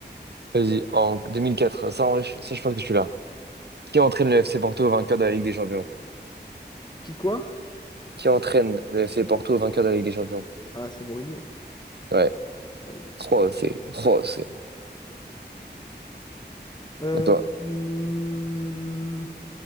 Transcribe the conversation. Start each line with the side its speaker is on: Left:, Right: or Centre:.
Right: Vas-y, en 2004, ça en vrai, je- ça je pense que tu l'as. Qui entraîne le FC Porto vainqueur de la Ligue des Champions?
Left: Qui quoi?
Right: Qui entraîne le FC Porto vainqueur de la Ligue des Champions?
Left: Ah, c'est Mourinho.
Right: Ouais.
Left: Ah oui.
Right: Oh, c'est. Oh, c'est.
Left: Euh,
Right: À toi,
Left: hmm,